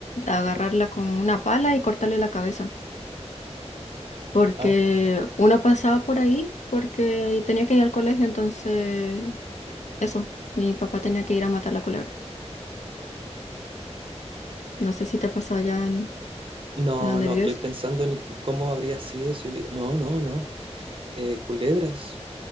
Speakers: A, on the left; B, on the right.
A: agarrarla con una pala y cortarle la cabeza. Porque
B: Ouch.
A: uno pasaba por ahí porque y tenía que ir al colegio, entonces eso, mi papá tenía que ir a matar la culebra. No sé si te pasó allá en,
B: No,
A: en donde
B: no,
A: vives.
B: estoy pensando en cómo habría sido si hubiera... No, no, no. Eh, culebras